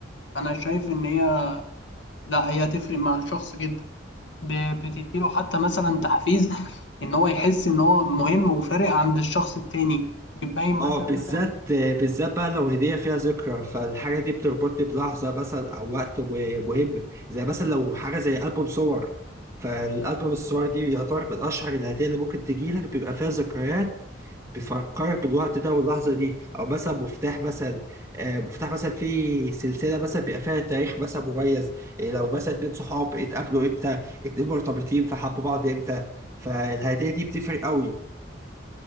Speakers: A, on the left; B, on the right.
A: انا شايف ان هي لا هي هتفرق مع الشخص جدا ب- بتديله حتى مثلا تحفيز ان هو يحس ان هو مهم وفارق عند الشخص التاني بتبين مثلا
B: اه بالذات
A: مدى
B: بالذات بقى لو هدية فيها ذكرى فالحاجة دي بتربطني بلحظة مثلا أو وقت و- مهم زي مثلا لو حاجة زي ألبوم صور فالألبوم الصور دي يعتبر من أشهر الهدية اللي ممكن تجيلك بيبقى فيها ذكريات بتفكرك بالوقت ده واللحظة دي أو مثلا مفتاح مثلا آه، مفتاح مثلا في سلسلة مثلا بيبقى فيها تاريخ مثلا مميز إيه لو مثلا اتنين صحاب اتقابلوا إمتى اتنين مرتبطين فحبوا بعض إمتى فالهدية دي بتفرق قوي